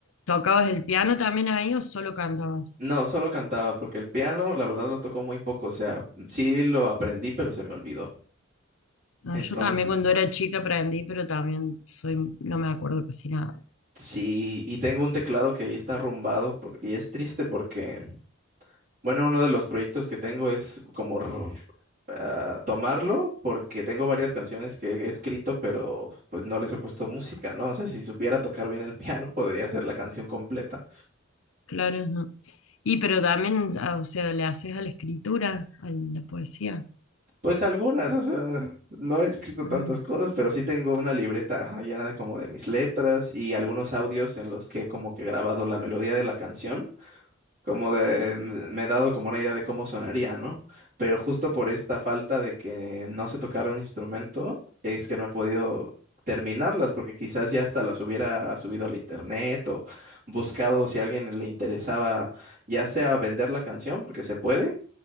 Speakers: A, on the left; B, on the right.
A: ¿Tocabas el piano también ahí o solo cantabas?
B: No, solo cantaba, porque el piano, la verdad, lo tocó muy poco, o sea, sí lo aprendí, pero se me olvidó.
A: Ah,
B: Entonces,
A: yo también cuando era chica aprendí, pero también soy, no me acuerdo casi nada.
B: sí, y tengo un teclado que ahí está arrumbado por- y es triste porque Bueno, uno de los proyectos que tengo es como r- ah, tomarlo, porque tengo varias canciones que he escrito, pero pues no les he puesto música, ¿no? O sea, si supiera tocar bien el piano, podría hacer la canción completa.
A: Claro. ujú. Y pero también, ah, o sea, le haces a la escritura, a la poesía.
B: Pues algunas, o sea, no he escrito
A: Mm,
B: tantas cosas, pero sí tengo una libreta ajá, llena de como de mis letras y algunos audios en los que he como que grabado la melodía de la canción como de, me he dado como una idea de cómo sonaría, ¿no? Pero justo por esta falta de que no se tocara un instrumento, es que no he podido terminarlas, porque quizás ya hasta las hubiera subido al internet o buscado si a alguien le interesaba, ya sea vender la canción, porque se puede,